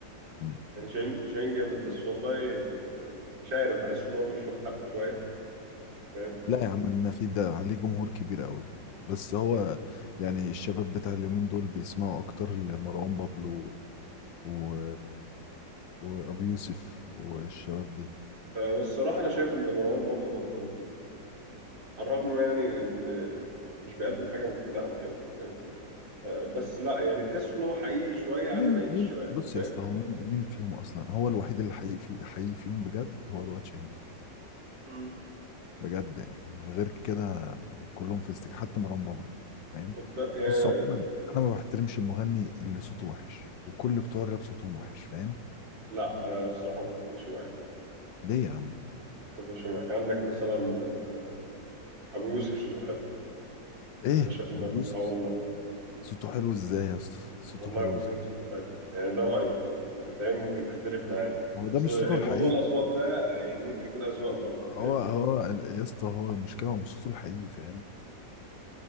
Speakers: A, on the left; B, on the right.
A: مم.
B: يعني شاهين شاهين جامد بس والله مش عارف بحس ان هو مش واخد حقه شويه فاهم
A: لا يا عم انا في ده عليه جمهور كبير قوي بس هو يعني الشباب بتاع اليومين دول بيسمعوا اكتر لمروان بابلو و... وابو يوسف والشباب دي
B: آه، والصراحه انا شايف ان مروان بابلو برضو على الرغم ما يعني ان مش بيقدم حاجه مفيده او كده فاهم آه، بس لا يعني تحس ان هو حقيقي شويه عن
A: مين
B: بقيه الشباب
A: مين بص
B: فاهم
A: يا اسطى هو مين مين فيهم اصلا هو الوحيد اللي حقيقي في حقيقي فيهم بجد هو الواد شاهين
B: امم
A: بجد يعني غير كده كلهم في استك حتى مروان بابلو فاهم
B: خد بقى يعني
A: بص عموما انا ما بحترمش المغني اللي صوته وحش وكل بتوع الراب صوتهم وحش فاهم
B: لا آه، الصراحه ما اتفقش معاك
A: ليه يا عم
B: ما اتفقش معاك عندك مثلا آه، ابو يوسف صوته حلو
A: ايه
B: انا شايف ان
A: يا بروسس
B: اه والله
A: صوته حلو ازاي يا اسطى صوته
B: والله
A: حلو
B: موسيقى
A: ازاي
B: الصفات يعني ده رأيي انت فاهم ممكن تختلف معايا
A: ما هو ده
B: اصل
A: مش صوته الحقيقي
B: موضوع الاصوات ده يعني ممكن يكون اذواق برضه
A: هو
B: فاهم
A: هو ال- يا اسطى هو المشكله هو مش صوته الحقيقي فاهم